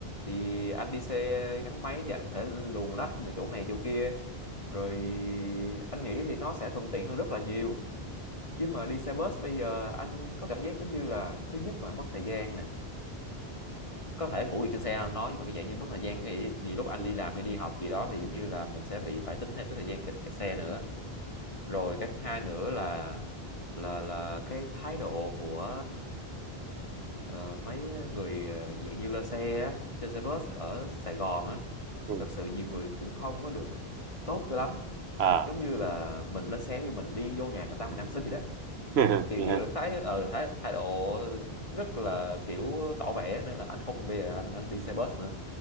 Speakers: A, on the left; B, on the right.
A: thì anh đi xe gắn máy thì anh có thể luồn lách được chỗ này chỗ kia rồi anh nghĩ thì nó sẽ thuận tiện hơn rất là nhiều chứ mà đi xe bus bây giờ anh có cảm giác giống như là thứ nhất là mất thời gian nè có thể ngủ được trên xe anh nói nhưng mà cái dạng như mất thời gian cái gì, gì lúc anh
B: ừ.
A: đi làm hay đi học gì đó thì giống như là mình sẽ bị phải tính thêm cái thời gian kẹt kẹt xe nữa rồi cái thứ hai nữa là là là cái thái độ của ờ, mấy người ờ, dạng như lơ xe á, trên xe bus ở Sài Gòn á,
B: Ừ.
A: thật sự nhiều người cũng không có được tốt cho lắm.
B: à
A: Giống như là mình lên xe như mình đi vô nhà người ta mình ăn xin vậy đó.
B: <laughs>
A: Kiểu
B: yeah.
A: như là thấy ờ thái thái độ rất là kiểu tỏ vẻ nên là anh không bây giờ anh anh đi xe bus nữa.